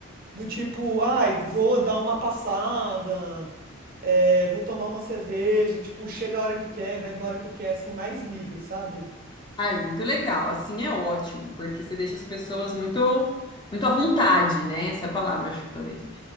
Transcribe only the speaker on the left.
Ah, é muito legal. Assim é ótimo, porque você deixa as pessoas muito, muito à vontade, né? Essa é a palavra, acho que talvez.